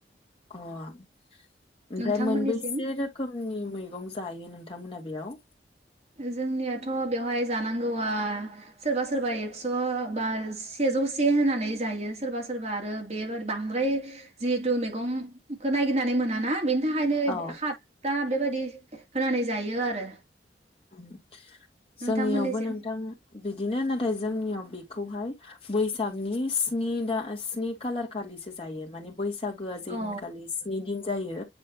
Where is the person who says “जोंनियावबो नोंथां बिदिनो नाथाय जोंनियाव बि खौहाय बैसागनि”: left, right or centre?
Left